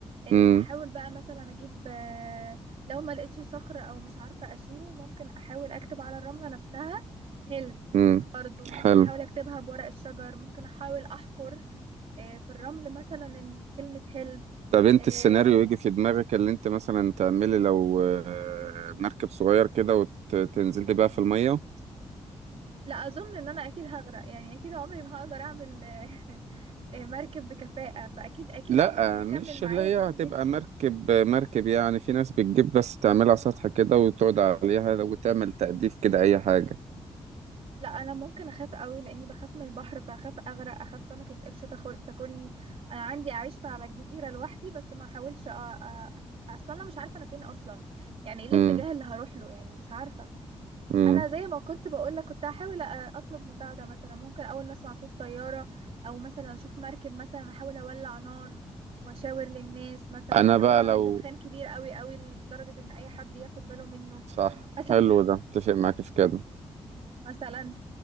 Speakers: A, on the right; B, on the right.
A: آه،
B: امم
A: هحاول بقى مثلا اجيب آه، لو ما لقيتش صخر او مش عارفه اشيله ممكن احاول اكتب على الرمله نفسها هيلب
B: امم
A: برضو ممكن
B: حلو
A: احاول اكتبها بورق الشجر ممكن احاول احفر آه، في الرمل مثلا إن كلمه هيلب
B: طب انت
A: إيه
B: السيناريو يجي في دماغك اللي انت مثلا تعملي لو آه، مركب صغير كده وتنزلي بقى في الميه
A: لا اظن ان انا اكيد هغرق يعني اكيد عمري ما هقدر اعمل إيه، <laughs> مركب بكفاءة فاكيد اكيد
B: لا
A: عمره ما هيكمل
B: مش
A: معايا
B: اللي هي
A: 2
B: هتبقى
A: متر
B: مركب مركب يعني في ناس بتجيب بس تعملها سطح كده وتقعد عليها وتعمل تأديف كده اي حاجه
A: لا انا ممكن اخاف قوي لاني بخاف من البحر فاخاف اغرق اخاف سمكة قرش تاخل- تاكلني انا عندي اعيش على الجزيرة لوحدي بس ما احاولش أ... أ... اصلا انا مش عارفة انا فين اصلا يعني ايه الاتجاه
B: امم
A: اللي هروح له يعني مش عارفة
B: امم
A: انا زي ما كنت بقولك كنت هحاول أ- اطلب مساعده مثلا ممكن اول ما اسمع صوت طياره او مثلا اشوف مركب مثلا احاول اولع نار واشاور للناس مثلا
B: انا
A: احاول
B: بقى
A: اعمل
B: لو
A: دخان كبير قوي قوي لدرجه ان اي حد ياخد باله منه
B: صح
A: مثلا
B: حلو ده اتفق معاك في كده
A: مثلا